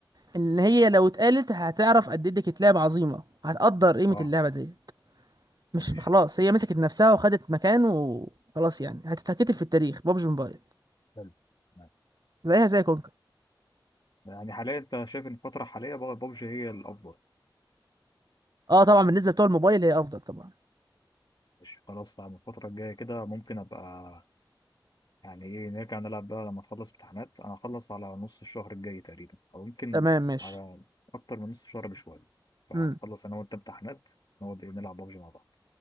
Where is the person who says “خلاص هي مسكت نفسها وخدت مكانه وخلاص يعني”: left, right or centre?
Right